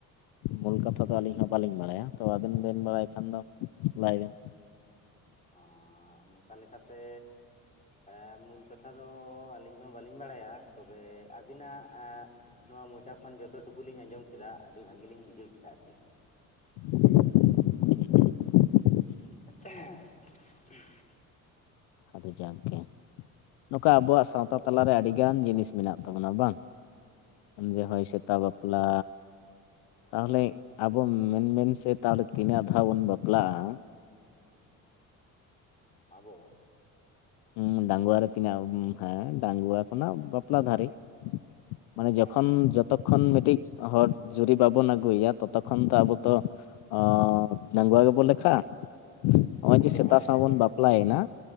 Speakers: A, on the left; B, on the left.
A: ᱢᱩᱞ ᱠᱟᱛᱷᱟ ᱫᱚ ᱟᱹᱞᱤᱧ ᱦᱚᱸ ᱵᱟᱹᱞᱤᱧ ᱵᱟᱲᱟᱭᱟ ᱛᱚ ᱟᱵᱤᱱ ᱵᱮᱱ ᱵᱟᱲᱟᱭ ᱠᱷᱟᱱ ᱫᱚ ᱞᱟᱹᱭ ᱵᱤᱱ᱾
B: ᱟᱜ ᱱᱚᱝᱠᱟ ᱞᱮᱠᱟᱛᱮ ᱮ ᱢᱩᱞ ᱠᱟᱛᱷᱟ ᱫᱚ ᱟᱹᱞᱤᱧ ᱦᱚᱸ ᱵᱟᱹᱞᱤᱧ ᱵᱟᱲᱟᱭᱟ ᱛᱚᱵᱮ ᱟᱹᱵᱤᱱᱟᱜ ᱟ ᱱᱚᱣᱟ ᱢᱚᱪᱟ ᱠᱷᱚᱱ ᱡᱚᱛᱚ ᱴᱩᱠᱩ ᱞᱤᱧ ᱟᱸᱡᱚᱢ ᱠᱮᱫᱟ ᱟᱹᱰᱤ ᱵᱷᱟᱜ ᱞᱤᱧ ᱵᱩᱡᱷᱟᱹᱣ ᱠᱮᱫᱟ ᱟᱨᱠᱤ᱾
A: <inaudible>
B: <inaudible>
A: ᱟᱫᱚ ᱡᱚᱠᱜᱮ᱾ ᱱᱚᱝᱠᱟ ᱟᱵᱚᱣᱟᱜ ᱥᱟᱶᱛᱟ
B: ᱦᱳᱭ
A: ᱛᱟᱞᱟᱨᱮ ᱟᱹᱰᱤ ᱜᱟᱱ ᱡᱤᱱᱤᱥ ᱢᱮᱱᱟᱜ ᱛᱟᱵᱚᱱᱟ ᱵᱟᱝ᱾ ᱡᱮ ᱦᱳᱭ ᱥᱮᱛᱟ ᱵᱟᱯᱞᱟ᱾ ᱛᱟᱦᱚᱞᱮ
B: ᱦᱮᱸ
A: ᱟᱵᱚ ᱢᱮᱱᱵᱮᱱ ᱥᱮ ᱛᱟᱦᱚᱞᱮ ᱛᱤᱱᱟᱹᱜ ᱫᱷᱟᱣ ᱵᱚᱱ ᱵᱟᱯᱞᱟᱜ-ᱟ᱾
B: ᱟᱵᱚ?
A: ᱦᱩᱸ ᱰᱟᱝᱜᱣᱟ ᱨᱮ ᱛᱤᱱᱟᱹᱜ, ᱦᱮᱸ ᱰᱟᱝᱜᱣᱟ ᱠᱷᱚᱱᱟᱜ ᱵᱟ ᱯᱞᱟ ᱫᱷᱟᱹᱨᱤᱡ ᱢᱟᱱᱮ ᱡᱚᱠᱷᱚᱱ
B: ᱦᱮᱸ
A: ᱡᱚᱛᱚ ᱠᱷᱚᱱ ᱢᱤᱫᱴᱤᱡ ᱦᱚᱲ ᱡᱩᱨᱤ ᱵᱟᱵᱚᱱ ᱟᱹᱜᱩᱭᱟ ᱛᱚᱛᱚᱠᱷᱚᱱ ᱛᱚ ᱟᱵᱚ ᱛᱚ ᱚᱸ ᱰᱟᱹᱜᱣᱟ ᱜᱮᱵᱚ ᱞᱮᱠᱷᱟᱜᱼᱟ᱾ ᱦᱚᱸᱜᱼᱚᱭ ᱡᱮ
B: ᱦᱮᱸ
A: ᱥᱮᱛᱟ
B: ᱦᱮᱸ
A: ᱥᱟᱶ ᱵᱚᱱ
B: ᱡᱚᱛᱚ
A: ᱵᱟᱯᱞᱟᱭᱮᱱᱟ
B: ᱠᱷᱚᱱ